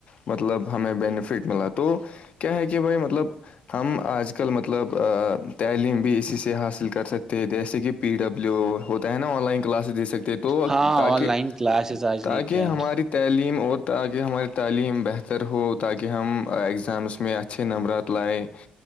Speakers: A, on the left; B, on the right.
A: مطلب ہمیں بینیفٹ ملا تو کیا ہے کہ بھائی مطلب ہم آج کل مطلب تعلیم بھی اسی سے حاصل کر سکتے ہیں جیسے کہ پی ڈبلو ہوتا ہے نا آن لائن کلاس دے سکتے تو
B: ہاں
A: تاکہ
B: آن لائن کلاسز آج
A: تاکہ
B: لیتے ہیں
A: ہماری تعلیم اور تاکہ ہماری تعلیم بہتر ہو تاکہ ہم اگزامس میں اچھ اچھے نمبرات لائے